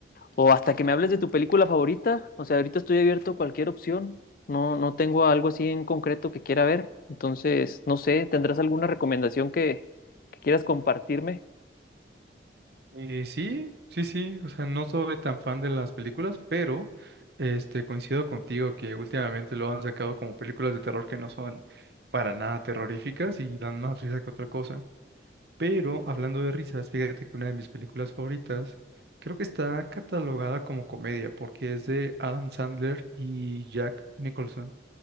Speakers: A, on the left; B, on the right.
A: o hasta que me hables de tu película favorita. O sea, ahorita estoy abierto a cualquier opción. No, no tengo algo así en concreto que quiera ver. Entonces, no sé, ¿tendrás alguna recomendación que, que quieras compartirme?
B: Eh, sí, sí, sí. O sea, no soy tan fan de las películas, pero este, coincido contigo que últimamente lo han sacado como películas de terror que no son para nada terroríficas y dan más risa que otra cosa. Pero hablando de risas, fíjate que una de mis películas favoritas creo que está catalogada como comedia porque es de Adam Sandler y Jack Nicholson